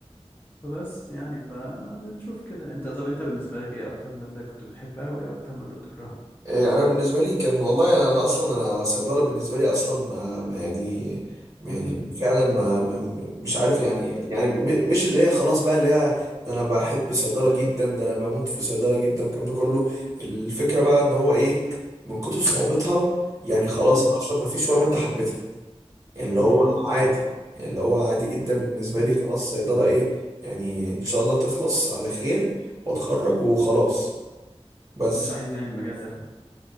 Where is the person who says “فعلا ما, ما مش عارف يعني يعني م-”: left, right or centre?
Right